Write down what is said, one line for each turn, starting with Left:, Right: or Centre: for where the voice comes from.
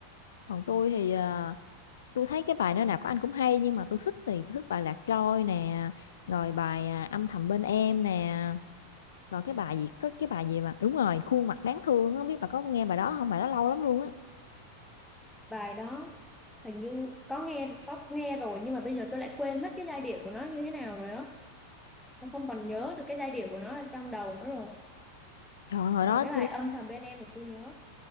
Left: còn tôi thì à, tôi thấy cái bài nơi nào của anh cũng hay nhưng mà tôi thích thì tôi thích bài Lạc Trôi nè rồi bài à, âm thầm bên em nè rồi cái bài gì có cái bài gì mà đúng rồi khuôn mặt đáng thương á, không biết bà có nghe bài đó không bài đó lâu lắm luôn á
Centre: Bài đó hình như có nghe có nghe rồi nhưng mà bây giờ tôi lại quên mất cái giai điệu của nó như thế nào rồi á. Tôi không còn nhớ được cái giai điệu của nó ở trong đầu nữa rồi.
Left: trời ơi, hồi
Centre: Còn
Left: đó
Centre: cái
Left: tôi
Centre: bài âm thầm bên em thì tôi nhớ,